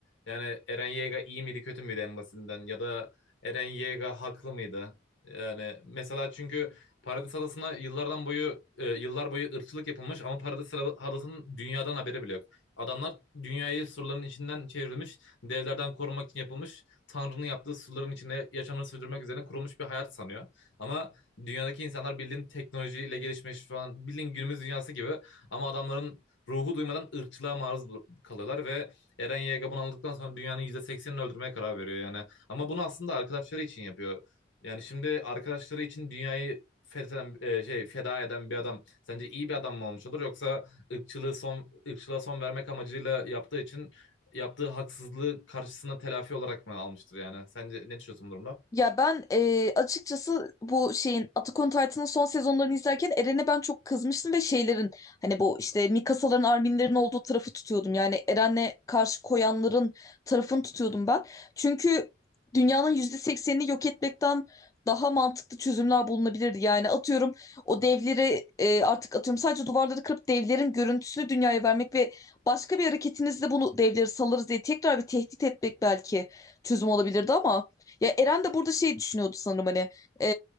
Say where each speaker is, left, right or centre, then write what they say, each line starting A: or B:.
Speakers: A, on the left (about 80°); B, on the left (about 20°).
A: yani Eren Yeager iyi miydi kötü müydü en basitinden ya da Eren Yeager haklı mıydı? Yani mesela çünkü Paradis Adası'na yıllardan boyu e, yıllar boyu ırkçılık yapılmış ama Paradis Adası'nın dünyadan haberi bile yok. Adamlar dünyayı surların içinden çevrilmiş, devlerden korumak için yapılmış, Tanrı'nın yaptığı surların içinde yaşamını sürdürmek üzerine kurulmuş bir hayat sanıyor. Ama dünyadaki insanlar bildiğin teknolojiyle gelişmiş falan bildiğin günümüz dünyası gibi ama adamların ruhu duymadan ırkçılığa maruz kalıyorlar ve Eren Yeager bunu anladıktan sonra dünyanın yüzde seksenini öldürmeye karar veriyor yani. Ama bunu aslında arkadaşları için yapıyor. Yani şimdi arkadaşları için dünyayı fetheden, e, şey feda eden bir adam sence iyi bir adam mı olmuş olur yoksa ırkçılığı son ırkçılığa son vermek amacıyla yaptığı için yaptığı haksızlığı karşısına telafi olarak mı almıştır yani? Sence ne düşünüyorsun bu durumda?
B: Ya ben e, açıkçası bu şeyin Attack on Titan'ın son sezonlarını izlerken Eren'e ben çok kızmıştım ve şeylerin hani bu işte Mikasa'ların, Armin'lerin olduğu tarafı tutuyordum. Yani Eren'le karşı koyanların tarafını tutuyordum ben. Çünkü dünyanın %80'ini yok etmekten daha mantıklı çözümler bulunabilirdi. Yani atıyorum o devleri e, artık atıyorum sadece duvarları kırıp devlerin görüntüsünü dünyaya vermek ve başka bir hareketinizle bunu devleri salarız diye tekrar bir tehdit etmek belki çözüm olabilirdi ama ya Eren de burada şey düşünüyordu sanırım hani e,